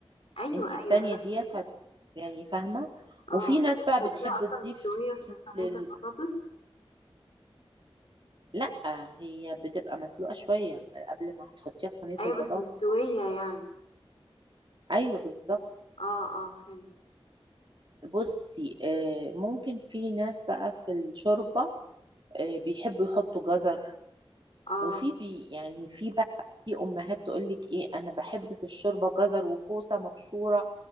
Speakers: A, on the left; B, on the right.
A: أيوة
B: انت التانية
A: أيوة فا
B: دي هت يعني فاهمة
A: اه
B: وفي ناس
A: يعني انت
B: بقى
A: بتحطيها
B: بتحب
A: أصلا
B: تضيف
A: مستوية في صينية
B: لل
A: البطاطس
B: لا هي بتبقى مسلوقة شوية قبل ما هتحطيها في صينية
A: أيوة
B: البطاطس
A: بس مستوية يعني
B: ايوه بالظبط
A: اه اه فهمت
B: بصي آه، ممكن في ناس بقى في الشوربة آه، بيحبوا يحطوا جزر
A: اه
B: وفي بي يعني في بقى في أمهات تقول لك إيه أنا بحب في الشوربة جزر وكوسة مبشورة